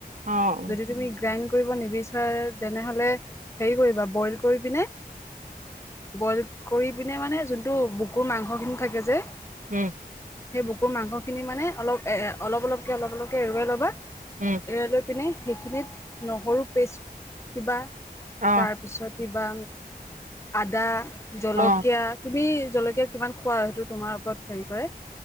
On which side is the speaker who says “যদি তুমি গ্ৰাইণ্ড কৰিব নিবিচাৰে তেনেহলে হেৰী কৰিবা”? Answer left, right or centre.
Left